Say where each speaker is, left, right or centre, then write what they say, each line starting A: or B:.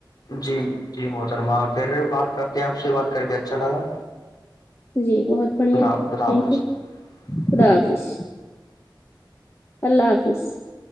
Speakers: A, on the left (about 50°); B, on the left (about 35°).
A: جی جی محترما پھر بات کرتے ہیں آپ سے بات کر کے اچھا لگا
B: جی بہت بڑھیا
A: خدا خدا
B: تھینک
A: حافظ
B: یو خدا
A: جی
B: حافظ اللہ حافظ آفس <unintelligible>